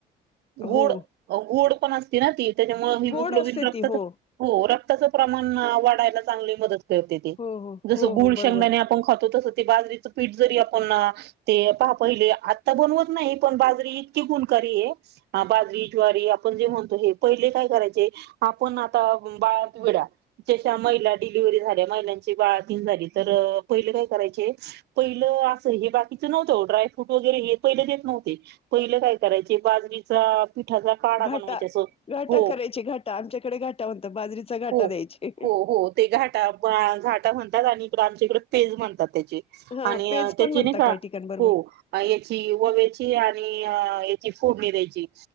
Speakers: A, on the left (about 35°); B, on the right (about 80°).
A: हो
B: गोड गोड पण असते ना ती त्याच्यामूळ हिमोग्लोबिन
A: गोड असते
B: रक्तात
A: ती हो
B: हो रक्त प्रमाण वााढायला चांगली मदत करते ते
A: हो हो
B: जस
A: हो हो
B: गुळ
A: बरोबर
B: शेंगदाणे आपण खातो तस ते बाजरीचं पीठ जरी आपण ते पहा पहिले आता बनवत नाही पण बाजरी इतकी गुणकारी आहे बाजरी ज्वारी आपण हे म्हणतो हे पेहले काय करायचे आपण आता <unintelligible> डिलिव्हरी झालेल्या महिलांचे बाळतीन झाली तर पहिले काय करायचे पहिलं अस बाळ ति नव्हतं ड्रायफ्रूट वगैरे हे पहिले देत नव्हते पहिलं काय करायचे बाजरीचा पिठाचा काढा
A: घाटा
B: बनवायचे असं
A: घाटा
B: हो
A: करायची घाटा आमच्याकडे घाटा म्हणतात बाजरीचा घाटा
B: हो
A: द्यायची.
B: हो हो ते घाटा घाटा म्हणतात आणि आमच्या इकडे पेच म्हणतात.
A: हा
B: आणि
A: पेज
B: त्याची
A: पण म्हणता
B: नाही का
A: काही ठिकाण बरोबर
B: हो याची वव्याची आणि अ याची फोडणी द्यायची